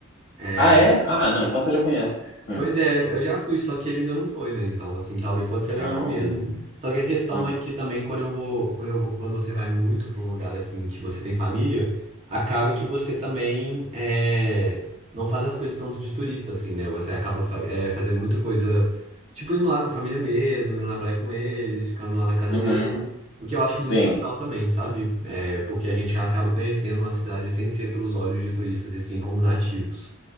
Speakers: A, on the right (about 30°); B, on the left (about 60°).
A: É,
B: Ah, é? Ah, não, então você já conhece. Hum.
A: Pois é, eu já fui, só que ele ainda não foi, né? Então, assim, talvez pode ser legal
B: Ah,
A: mesmo.
B: hum.
A: Só que a questão
B: hum,
A: é que também quando eu vou, quando eu vou, quando você vai muito para um lugar assim que você tem família, acaba que você também é, não faz as coisas tanto de turista, assim, né? Você acaba fa- é, fazendo muita coisa, tipo indo lá com a família mesmo, indo na praia com eles, ficando lá na casa
B: Uhum.
A: deles, o que eu acho
B: Sim,
A: muito legal também, sabe? É, porque a gente acaba conhecendo a cidade sem ser pelos olhos de turistas e sim como nativos.